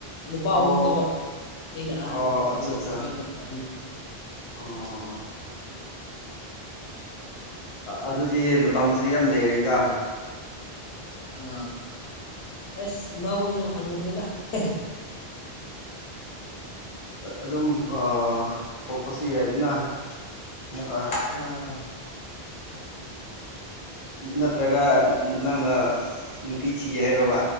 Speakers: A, on the left; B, on the left.
A: ꯅꯨꯄꯥ
B: ꯑꯣ
A: ꯑꯍꯨꯝꯅꯦꯕ ꯑꯩꯅ ꯑꯍꯟ
B: ꯑꯣ
A: ꯑꯗꯨꯒ
B: ꯑꯠꯆꯥ ꯑꯠꯆꯥ
A: ꯏꯈꯥꯗ ꯑꯅꯤ꯫ <unintelligible>
B: ꯑꯣ ꯑꯗꯨꯗꯤ ꯃꯇꯝꯁꯨ ꯌꯥꯝ ꯂꯩꯔꯤꯗ꯫
A: ꯑ ꯑꯦꯁ ꯏꯃꯥ ꯍꯣꯏꯁꯨ ꯍꯅꯨꯈ꯭ꯔꯦꯗ ꯍꯦꯍꯦ꯫
B: ꯑꯗꯨꯝ ꯑꯥ ꯄꯣꯛꯄꯁꯨ ꯌꯥꯏꯗꯅ꯫ ꯑꯃꯨꯛꯀ
A: ꯑꯥ꯫
B: ꯅꯠꯇ꯭ꯔꯒ ꯅꯪꯅ ꯅꯨꯄꯤ ꯊꯤꯒꯦ ꯍꯥꯏꯔꫭꯕ꯫